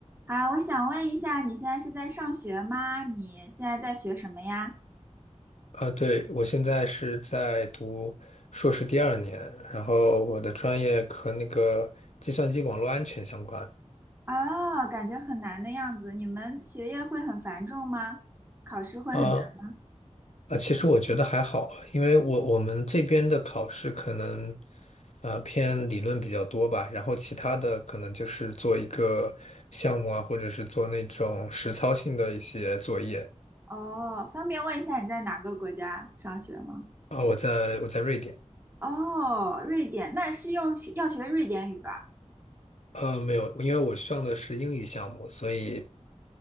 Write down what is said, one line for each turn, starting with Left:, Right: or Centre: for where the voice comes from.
Right: 啊，我想问一下，你现在是在上学吗？你现在在学什么呀？
Left: 啊，对，我现在是在读硕士第二年，然后我的专业和那个计算机网络安全相关。
Right: 哦，感觉很难的样子。你们学业会很繁重吗？考试会很难？
Left: 啊啊，其实我觉得还好，因为我我们这边的考试可能呃偏理论比较多吧，然后其他的可能就是做一个项目啊，或者是做那种实操性的一些作业。
Right: 哦，方便问一下你在哪个国家上学吗？
Left: 啊，我在我在瑞典，
Right: 哦，瑞典，那是用学要学瑞典语吧？
Left: 呃，没有，因为我上的是英语项目，所以。